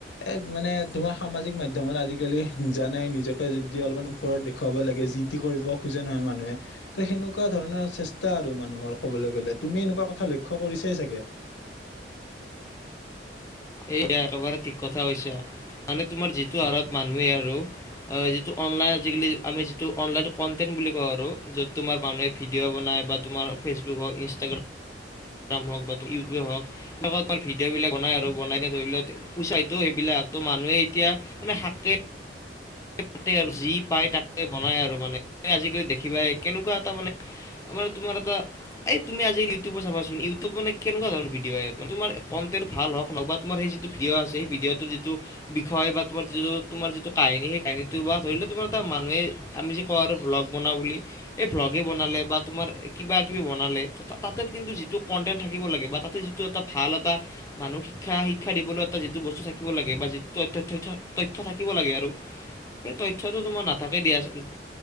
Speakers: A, on the left (about 85°); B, on the left (about 20°).
A: এ, মানে তোমাৰ সামাজিক মাধ্যমত আজিকালি জানাই নিজ নিজকে যদি অলপমান ওপৰত দেখুৱাব লাগে যি টো কৰিব খোজে নহয় মানুহে ত' সেনেকুৱা ধৰণৰ চেষ্টা আৰু মানুহৰ ক'বলৈ গ'লে তুমি এনেকুৱা কথা লক্ষ্য কৰিছাই চাগে।
B: এইয়া একেবাৰে ঠিক কথা হৈছে মানে তোমাৰ যিটো হাৰত মানুহে আৰু অ', যিটো অনলাইন, আজিকালি আমি যিটো অনলাইন কণ্টেন্ট বুলি কওঁ আৰু য'ত তোমাৰ মানুহে ভিডিঅ' বনাই বা তোমাৰ ফেচবুকত, ইনষ্ট্ৰাগ্ৰাম হ বা ইউটি হওক, ভিডিঅ' বিলাক বনাই আৰু বনাই দিয়া ধৰি লোৱা, পোচাইটো সেইবিলাক ত' মানুহে এতিয়া মানে শাকে পাতে আৰু যি পায় তাকে বনাই আৰু মানে আজিকালি দেখিবাই কেনেকুৱা এটা মানে আমাৰ তোমাৰ এটা এই তুমি আজি ইউিউব চাবাচোন, ইউটিউব মানে কেনেকুৱা ধৰণৰ ভিডিঅ আহে, তোমাৰ কণ্টেণ্ট ভাল হওঁক ওঁক বা তোমাৰ সেই যিটো ভিডিঅ' আছেই ভিডিঅ'টোৰ যিটো বিষয় বা তোমাৰ যিটো তোমাৰ যিটো কাহিনী সেই কাহিনীটো বা ধৰি লওঁ তোমাৰ এটা মানুহে আমি যে কওঁ আৰু ভ্লগ বনাওঁ বুলি, এই ভ্লগেই বনালে বা তোমালোকে কিবা কিবি বনালে, তাতে কিন্তু যিটো কণ্টেণ্ট থাকিব লাগে বা তাতে যিটো এটা ভাল এটা মানুহক শিক্ষা, শিক্ষা দিবলৈ এটা যিটো বস্তু থাকিব লাগে বা যিটো ত-ত-থ্য-তথ্য থাকিব লাগে আৰু সেই তথ্যটো তোমাৰ নাথাকে দিয়াচোন।